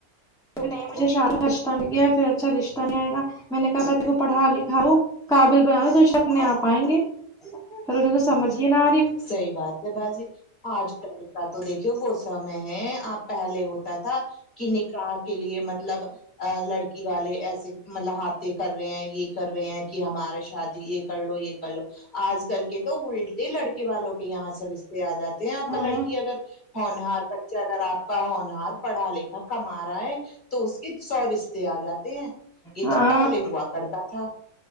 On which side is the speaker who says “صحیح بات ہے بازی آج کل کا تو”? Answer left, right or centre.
Left